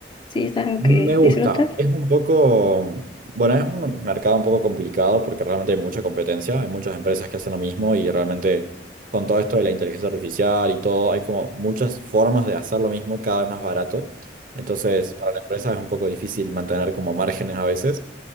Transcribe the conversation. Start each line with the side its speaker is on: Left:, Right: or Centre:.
Left: ¿Sí es algo
Right: Me
Left: que
Right: gusta.
Left: disfrutas?
Right: Es un poco, bueno, es un mercado un poco complicado porque realmente hay mucha competencia, hay muchas empresas que hacen lo mismo y realmente con todo esto de la inteligencia artificial y todo, hay como muchas formas de hacer lo mismo cada vez más barato. Entonces, para la empresa es un poco difícil mantener como márgenes a veces.